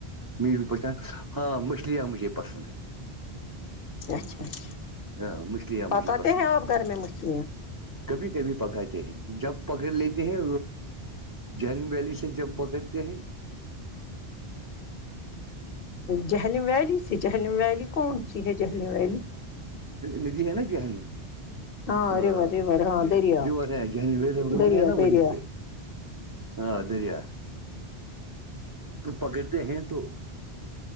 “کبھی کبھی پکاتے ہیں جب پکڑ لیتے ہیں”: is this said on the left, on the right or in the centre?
Right